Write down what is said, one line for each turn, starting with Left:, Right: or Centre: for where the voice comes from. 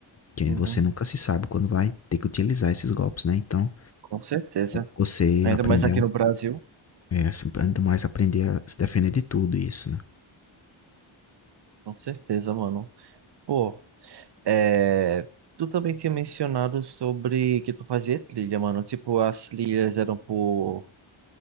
Left: Que
Right: uhum,
Left: você nunca se sabe quando vai ter que utilizar esses golpes, né? Então,
Right: com certeza.
Left: você
Right: Ainda
Left: aprender
Right: mais aqui no Brasil,
Left: é, assim, ainda mais aprender a se defender de tudo isso, né?
Right: com certeza, mano. Pô, é... Tu também tinha mencionado sobre que tu fazia trilha, mano. Tipo, as trilhas eram por